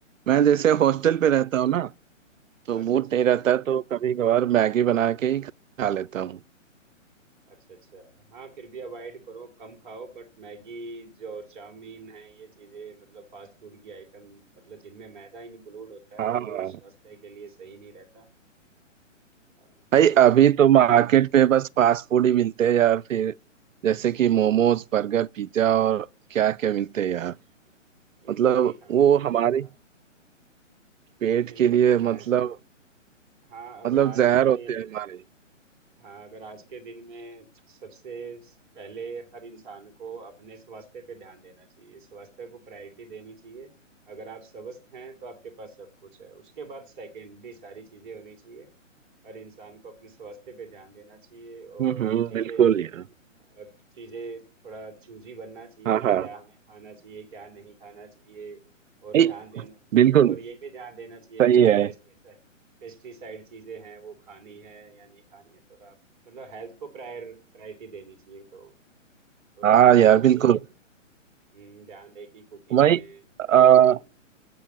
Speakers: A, on the right; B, on the right.
A: मैं जैसे
B: ओके
A: हॉस्टल पे रहता हूँ ना तो
B: अच्छा
A: मूड
B: अच्छा
A: नहीं रहता तो कभी कभार मैगी बना के ही खा लेता हूँ
B: अच्छा अच्छा हाँ फिर भी अवॉइड करो कम खाओ बट मैगी जो और चाउमीन है ये चीजें मतलब फास्ट फूड की आइटम मतलब जिनमें मैदा इंक्लूड होता
A: हाँ
B: है
A: हाँ
B: वो स्वास्थ्य के लिए सही नहीं रहता अ,
A: भाई अभी तो मार्केट पे बस फास्ट फूड ही मिलते हैं यार फिर जैसे कि मोमोज बर्गर पिज्जा और क्या क्या मिलते हैं यार मतलब
B: इनको नहीं खाना
A: वो
B: चाहिए
A: हमारे
B: हाँ
A: पेट
B: इनको
A: के लिए
B: नहीं खाना
A: मतलब
B: चाहिए हाँ अगर
A: मतलब
B: आज
A: जहर
B: के
A: होते
B: दिन
A: हैं हमारे
B: हाँ अगर आज के दिन में सबसे पहले हर इंसान को अपने स्वास्थ्य पे ध्यान देना चाहिए स्वास्थ्य को प्रायोरिटी देनी चाहिए अगर आप स्वस्थ हैं तो आपके पास सब कुछ है उसके बाद सेकेंडरी सारी चीजें होनी चाहिए हर इंसान को अपने स्वास्थ्य पे ध्यान देना चाहिए और
A: हम्म हम्म,
B: चीजें
A: बिल्कुल यार
B: और चीजें थोड़ा चूजी बनना चाहिए
A: हाँ
B: कि
A: हाँ
B: क्या हमें खाना चाहिए क्या नहीं खाना चाहिए और
A: ए,
B: ध्यान देना चाहिए
A: बिल्कुल
B: और ये भी ध्यान देना चाहिए
A: सही
B: कि
A: है
B: जो पेस्टिसाइड पेस्टिसाइड चीजें हैं वो खानी है या नहीं खानी है थोड़ा मतलब हेल्थ को प्रायर प्रायोरिटी देनी चाहिए तो तो
A: हाँ
B: ध्यान रहे
A: यार बिल्कुल
B: कि हम्म, ध्यान रहे कि कुकिंग
A: भाई
B: में या
A: आ,
B: हम्म,